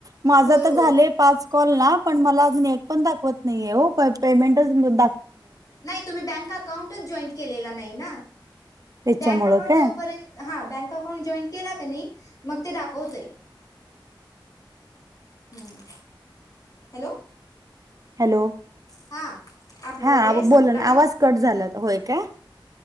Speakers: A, on the right (about 45°); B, on the left (about 45°).
A: माझा
B: होय
A: तर
B: होय
A: झाले पाच कॉल ना पण मला अजून एक पण दाखवत नाहीेण पेमेंट द
B: नाही तुम्ही बँक अकाउंटच जॉईंट केलेला नाही ना
A: त्याच्यामुळं
B: बँक अकाउंट
A: काय
B: जोपर्यंत हा बँक अकाउंट जॉईन केला का नाही मग ते दाखवतेय हम् हॅलो
A: हॅलो
B: हां आपला
A: हा
B: वेळ संपला
A: बला ना आवाज कट झाला होय का